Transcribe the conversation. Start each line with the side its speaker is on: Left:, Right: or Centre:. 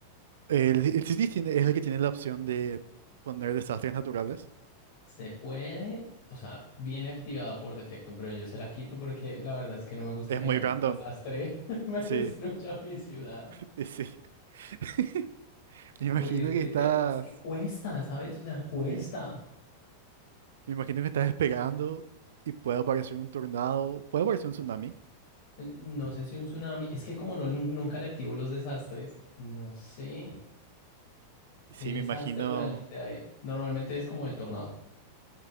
Right: El, el Cities tiene- es el que tiene la opción de poner desastres naturales.
Left: Se puede, o sea, viene activada por defecto, pero yo se la quito porque la verdad es que no me gusta
Right: Es
Left: que
Right: muy random.
Left: un desastre <laughs> me
Right: Sí,
Left: destruya mi ciudad.
Right: <laughs> sí. <laughs> Me imagino
Left: Porque es
Right: que
Left: que,
Right: estás.
Left: te- es que cuesta, ¿sabes? O sea, cuesta.
Right: Sí. Me imagino que estás esperando y puede aparecer un tornado. Puede aparecer un tsunami.
Left: Eh, No sé si un tsunami, es que como no, nunca le activo los desastres, no sé qué
Right: Sí, me
Left: desastre
Right: imagino.
Left: realmente hay. Normalmente es como el tornado.